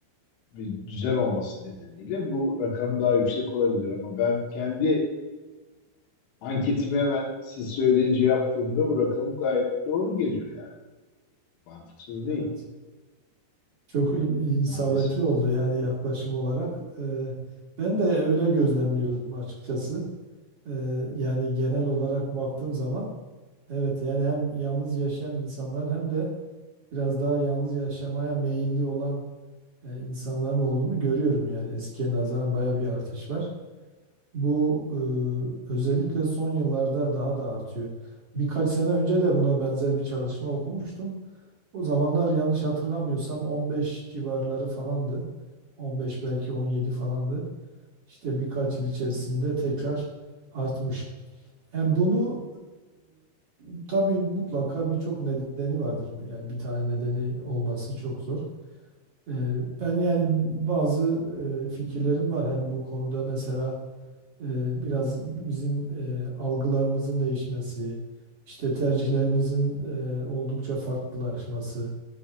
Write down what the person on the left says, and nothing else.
bir düzen olması nedeniyle bu rakam daha yüksek olabilir ama ben kendi anketimi hemen siz söyleyince yaptığımda bu rakam gayet doğru geliyor yani. Mantıksız
değil
maalesef.